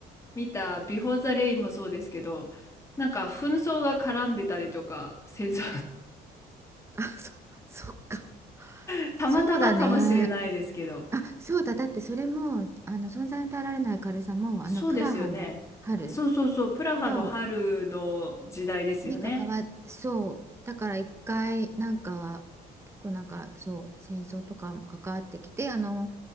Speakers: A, on the left (about 15°); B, on the right (about 15°).
A: 見たビフォーザレインもそうですけど、なんか紛争が絡んでたりとか、戦争
B: あ、そ、<laughs> そっか。
A: の <laughs> たまたまかもしれないですけど、
B: そうだね。あ、そうだ。だってそれも、あの、存在に耐えられない軽さも、
A: そうですよね。
B: あの、プラハの春
A: そうそうそう、プラハの春の時代ですよね。
B: そう、に関わっ、そう。だから一回、なんか、結構なんか、そう、戦争とかも関わってきて、あの、